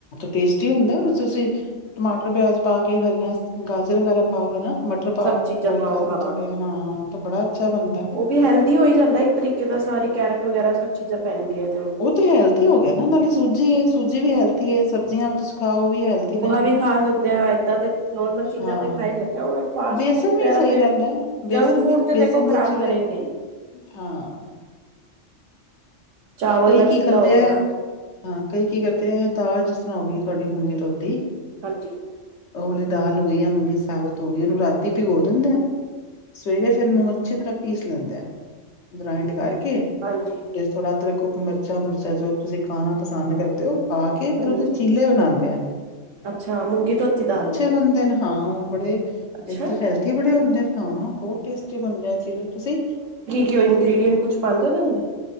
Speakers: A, on the left; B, on the right.
A: ਟੇਸਟੀ ਹੁੰਦਾ ਵੀ ਫਿਰ ਤੁਸੀਂ। ਟਮਾਟਰ ਪਿਆਜ ਪਾ ਕੇ ਹਰੀਆਂ ਗਾਜਰ ਵਗੈਰਾ। ਪਾਓ ਹੈਨਾ ਮਟਰ ਪਾਓ
B: ਸਭ ਚੀਜ਼ਾਂ
A: ਬੋਇਲ
B: ਪਾਓ
A: ਕਰਕੇ
B: ਹਾਂ
A: ਥੋੜੇ, ਹਾਂ ਤਾਂ ਬੜਾ ਅੱਛਾ ਬਣਦਾ।
B: ਬਈ ਹੈਲਥੀ ਹੋ ਹੀ ਜਾਂਦਾ ਇੱਕ ਤਰੀਕੇ ਦਾ ਸਾਰੀ ਕੈਰਟ ਵਗੈਰਾ ਸਭ ਚੀਜ਼ਾਂ ਪੈਂਦੀਆਂ ਤੇ।
A: ਉਹ ਤੇ ਹੈਲਥੀ ਹੋ ਗਿਆ ਨਾ ਨਾਲੇ ਸੂਜੀ ਹੈ ਸੂਜੀ ਵੀ ਹੈਲਥੀ ਹੈ ਸਬਜ਼ੀਆਂ। ਤੁਸੀਂ ਖਾਓ ਉਹ ਵੀ ਹੈਲਥੀ
B: ਉਪਮਾ
A: ਨੇ
B: ਵੀ ਖਾ ਸਕਦੇ ਹਾਂ, ਏਦਾਂ ਦੇ ਨੋਰਮਲ ਚੀਜ਼ਾਂ
A: ਹਾਂ
B: ਤੇ ਖਾ ਹੀ ਸਕਦੇ ਹਾਂ। ਫਾਸਟ
A: ਬੇਸਨ
B: ਫੂਡ ਵਗੈਰਾ
A: ਵੀ ਸਹੀ
B: ਤੇ
A: ਰਹਿੰਦਾ ਹੈ ਬੇਸਨ
B: ਜੰਕ ਫੂਡ
A: ਵੀ
B: ਤੇ
A: ਬੇਸਨ
B: ਦੇਖੋ
A: ਦੇ
B: ਖ਼ਰਾਬ
A: ਚਿੱਲੇ
B: ਕਰੇਗੇ ਹੀ।
A: ਹਾਂ
B: ਚਾਵਲ
A: ਕਈ
B: ਦਾ
A: ਕੀ
B: ਚਿੱਲਾ
A: ਕਰਦੇ
B: ਹੋ ਗਿਆ
A: ਹੈ ਹਾਂ ਕਈ ਕੀ ਕਰਦੇ ਹੈ ਦਾਲ ਜਿਸ ਤਰ੍ਹਾਂ ਹੋਗੀ ਤੁਹਾਡੀ ਮੂੰਗੀ ਧੋਤੀ।
B: ਹਾਂਜੀ।
A: ਉਹ ਵਾਲੀ ਦਾਲ ਹੋ ਗਈ, ਯਾ ਮੂੰਗੀ ਸਾਬਤ ਹੋ ਗਈ ਉਹਨੂੰ ਰਾਤੀ ਭਿਗੋ ਦਿੰਦੇ ਐ। ਸਵੇਰੇ ਫਿਰ ਔ ਨੂੰ ਅੱਛੀ ਤਰ੍ਹਾਂ ਪੀਸ ਲੈਂਦੇ ਆ ਗਰਾਇੰਡ ਕਰਕੇ, ਫਿਰ
B: ਹਾਂਜੀ
A: ਇਸ ਵਿਚ ਥੋੜਾ ਅਦਰਕ। ਖ਼ੂਬ ਮਿਰਚਾਂ ਮੁਰਚਾਂ ਜੋ ਤੁਸੀਂ ਖਾਣਾ ਪਸੰਦ ਕਰਦੇ ਹੋ ਉਹ ਖਾ ਕੇ ਫਿਰ
B: ਹਾਂਜੀ
A: ਉਹਦੇ ਚੀਲੇ ਬਣਾਉਂਦੇ ਆ।
B: ਅੱਛਾ ਮੂੰਗੀ ਧੋਤੀ ਦਾਲ ਦੇ।
A: ਹੁੰਦੇ ਨੇ ਹਾਂ ਉਹ ਬੜੇ।
B: ਅੱਛਾ
A: ਇੱਕ ਤਾਂ ਹੈਲਥੀ ਬੜੇ ਹੁੰਦੇ, ਹਾਂ ਬਹੁਤ ਟੇਸਟੀ ਬਣਦੇ ਆ ਚਿੱਲੇ ਤੁਸੀਂ।
B: ਕਿਉ ਇੰਗਰੀਡੀਅਟ ਕੁਛ ਪਾਉਦੇ ਹੋ ਓਹਦੇ ਅੰਦਰ।